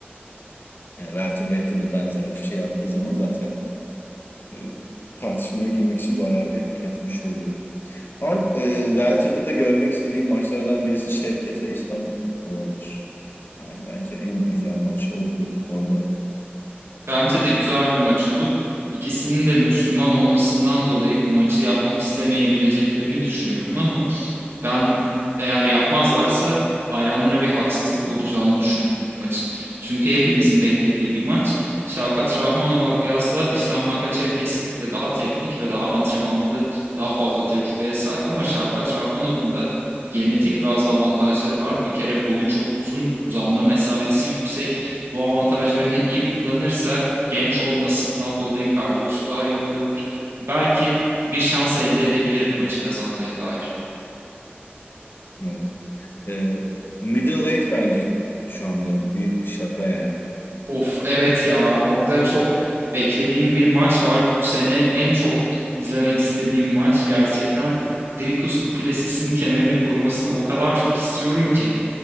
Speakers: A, on the left; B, on the right.
A: E, Welterweight'te de benzer bir şey yaptığı zaman zaten e, tartışmaya girmek için bayağı bir hak etmiş oluyor. Ama e, Welter'da da görmek istediğim maçlardan birisi Şevket ve İslam olabilir. Yani bence en güzel maç o orada.
B: Bence de güzel bir maç olur. İkisinin de Müslüman olmasından dolayı bu maçı yapmak istemeyebileceklerini düşünüyorum ama Ben eğer yapmazlarsa hayranlara bir haksızlık
A: Hı.
B: olacağını düşünürüm bu maçın. Çünkü hepimizin beklediği bir maç. Şavkat Rahmanov'a kıyasla İslam Makaçev kesinlikle daha teknik ve daha antrenmanlı, daha fazla tecrübeye sahip. Ama Şavkat Rahmanov'un da genetik bazı avantajları var. Bir kere boyu çok uzun, uzanma mesafesi yüksek. Bu avantajlarını iyi kullanırsa genç olmasından dolayı kardiyosu daha iyi olabilir. Belki bir şans elde edebilir maçı kazanmaya dair.
A: Evet. E, middleweight bence şu anda büyük bir şaka yani.
B: Of evet ya orada çok beklediğim bir maç var. Bu sene en çok izlemek istediğim maç gerçekten. Dricus du Plessis'in kemerini korumasını o kadar çok istiyorum ki.